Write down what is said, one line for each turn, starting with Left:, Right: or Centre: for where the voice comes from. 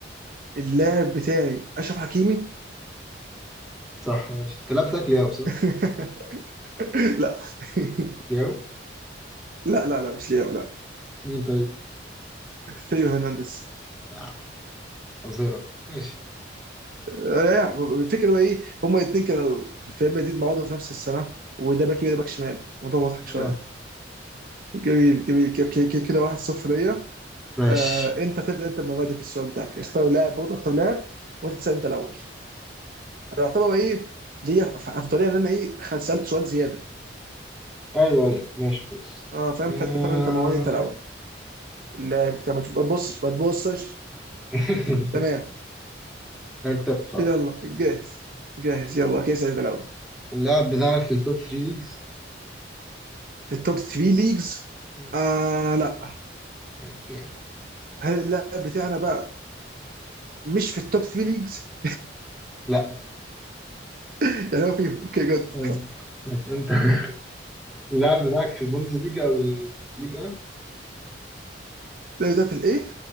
Right: اللاعب بتاعي اشرف حكيمي
Centre: صح ماشي أنت اللاعب بتاعك لياو صح؟
Right: <laughs> لا <laughs>
Centre: لياو
Right: لا لا لا مش لياو لا
Centre: مين طيب؟
Right: ثيو هرنانديز
Centre: آه. أظهرة ماشي
Right: لا الفكره هو ايه هما الاثنين كانوا في ريال مدريد مع بعض في نفس السنه وده باك يمين وده باك شمال الموضوع مضحك
Centre: أه
Right: شويه جميل جميل ك- ك- ك- كده 1-0 ليا
Centre: ماشي
Right: آه انت تبدا انت بمبادئ في السؤال بتاعك اختار لاعب برضه اختار لاعب وانت تسال انت الاول انا اعتبر ايه ليا ف- افضليه ان انا ايه خ- سالت سؤال زياده
Centre: أيوه أيوه ماشي خلاص
Right: اه فاهم
Centre: آه.
Right: فانت تاخد انت مواد انت الاول اللاعب بتاع ما تبقى- تبصش ما تبصش
Centre: <laughs>
Right: تمام
Centre: أنا كتبت خلاص
Right: يلا
Centre: يعني
Right: جاهز جاهز يلا اوكي سعيد الاول
Centre: اللاعب بتاعك في التوب 3 ليجز
Right: في التوب 3 ليجز
Centre: مم.
Right: آه لا
Centre: أوكي
Right: هل اللاعب بتاعنا بقى مش في التوب 3 ليجز
Centre: لأ
Right: <laughs> يعني هو فيهم اوكي جد <laughs>
Centre: أيوه. ماشي أنت <laughs> اللاعب بتاعك في البوندس ليجا أو الليجا
Right: اللاعب ده في الايه